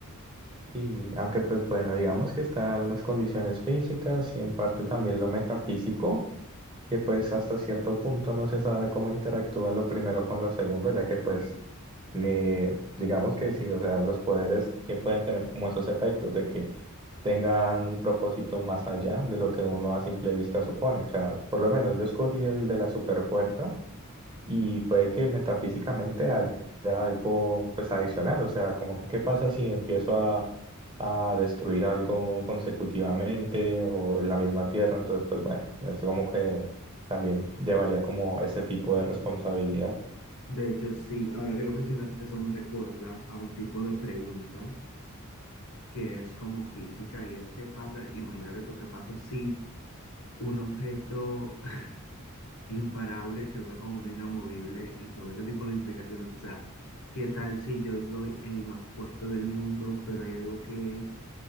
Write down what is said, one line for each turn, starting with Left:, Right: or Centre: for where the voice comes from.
Right: Sí, aunque pues bueno, digamos que están las condiciones físicas y en parte también lo metafísico. que pues hasta cierto punto no se sabe cómo interactúa lo primero con lo segundo, ya que pues eh, digamos que sí, o sea, los poderes que pueden tener como esos efectos de que tengan un propósito más allá de lo que uno a simple vista supone. O sea, por lo menos yo escogí el de la superfuerza y puede que metafísicamente haya algo pues adicional, o sea, como que qué pasa si empiezo a, a destruir algo consecutivamente o en la misma tierra, entonces pues bueno, eso como que también llevaría como ese tipo de responsabilidad.
Left: De hecho, sí, ahora que lo mencionas, eso me recuerda a un tipo de pregunta que es como física y es qué pasa, imagínate tú qué pasa si un objeto imparable choca con uno inamovible y son ese tipo de implicaciones. O sea, ¿qué tal si yo soy el más fuerte del mundo, pero hay algo que es,